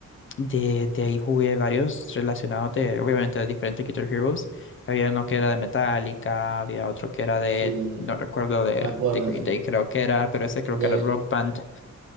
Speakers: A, on the left (about 40°); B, on the right (about 70°).
A: De, de ahí jugué varios relacionados de, obviamente, de diferentes Guitar Heroes. Había uno que era de Metallica, había otro que era de,
B: Sí,
A: no recuerdo, de,
B: me acuerdo,
A: de Green
B: sí.
A: Day creo que era, pero ese
B: El
A: creo
B: de,
A: que era Rock Band.